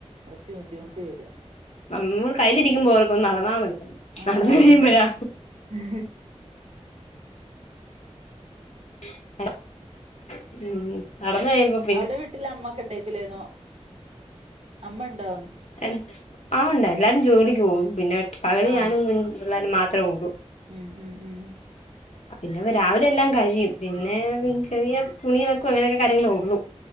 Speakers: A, on the right; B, on the left.
A: കൊർച്ച് ബുദ്ധിമുട്ട് വര.
B: നമ്മള് കയ്യിലിരിക്കുമ്പൊ ഓർക്കും നടന്നാ മതി,
A: ആ
B: നടന്നു കഴിയുമ്പഴാ
A: അതന്നെ <unintelligible>
B: <unintelligible> ഉം നടന്ന് കഴിയുമ്പം
A: അവിടെ വീട്ടില് അമ്മക്കെണ്ടെയ്ക്കുലേ നോ അമ്മണ്ടോ?
B: <unintelligible> ആഹ് ഉണ്ട്. എല്ലാരും ജോലിക്ക് പോവും. പിന്നെ പകല്
A: ആ
B: ഞാനും പിള്ളാരും മാത്രേ ഒള്ളൂ.
A: ഉം ഉം ഉം.
B: പിന്നെ രാവിലെ എല്ലാം കഴിയും പിന്നെ ചെറിയ തുണി ഇളക്കും അങ്ങനെയക്കെ കാര്യങ്ങള ഉള്ളു.